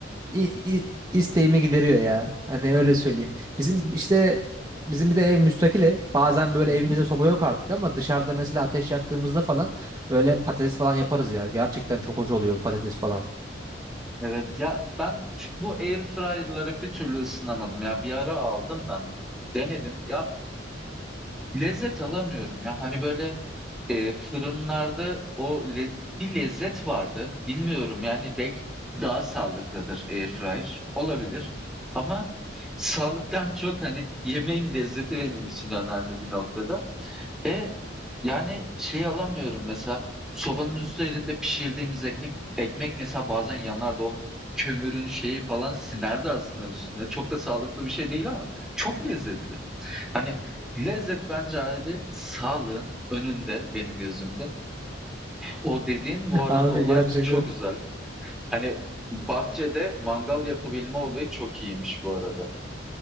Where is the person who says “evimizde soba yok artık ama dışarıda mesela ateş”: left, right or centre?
Right